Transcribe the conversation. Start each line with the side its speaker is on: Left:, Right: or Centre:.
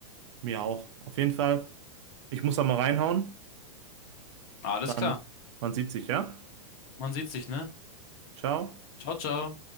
Right: Mir auch. Auf jeden Fall, ich muss da mal reinhauen.
Left: Alles
Right: Dann,
Left: klar.
Right: man sieht sich, ja?
Left: Man sieht sich, ne?
Right: Ciao.
Left: Ciao, ciao.